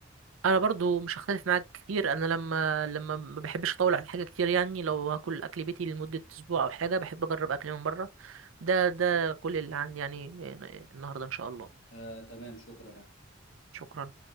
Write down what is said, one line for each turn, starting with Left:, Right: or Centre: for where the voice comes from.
Right: انا برضو مش هختلف معاك كتير انا لما لما ما بحبش اطول على حاجه كتير يعني لو هاكل اكل بيتي لمده اسبوع او حاجه بحب اجرب اكل من بره ده ده كل اللي عندي يعني النهارده ان شاء الله
Left: آه تمام شكرا يا أحمد.
Right: شكرا